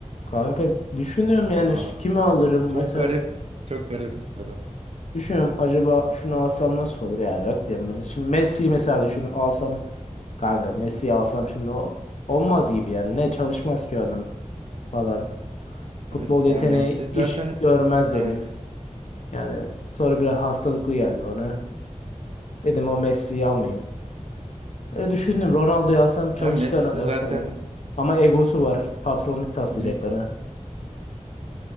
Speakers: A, on the left (about 65°); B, on the right (about 55°).
A: Kanka düşünüyorum
B: Aa,
A: yani ş- kimi alırım
B: çok
A: mesela
B: garip. Çok garip bir soru.
A: düşünüyorum acaba şunu alsam nasıl olur yani yok diyorum ben. Şimdi Messi'yi mesela düşündüm alsam kanka Messi'yi alsam şimdi o- olmaz gibi yani ne çalışmaz ki adam falan. Futbol
B: Evet ya
A: yeteneği
B: Messi zaten
A: iş görmez dedim.
B: evet.
A: Yani sonra biraz hastalıklı geldi bana. Dedim o Messi'yi almayayım. Öyle düşündüm Ronaldo'yu alsam çalışkan
B: Ya Messi
A: adam
B: de zaten
A: falan. Ama egosu var patronluk taslayacak
B: Messi,
A: bana.